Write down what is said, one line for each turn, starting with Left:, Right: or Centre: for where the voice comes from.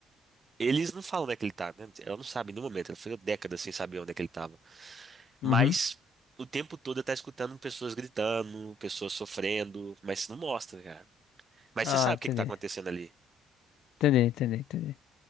Right: Eles não falam onde é que ele tá, né? Ela não sabe em nenhum momento, ela ficou décadas sem saber onde é que ele tava.
Left: Uhum.
Right: Mas o tempo todo ela tá escutando pessoas gritando, pessoas sofrendo, mas não mostra, cara. Mas
Left: Ah,
Right: você sabe
Left: entendi.
Right: o que que tá acontecendo ali.
Left: Entendi, entendi, entendi.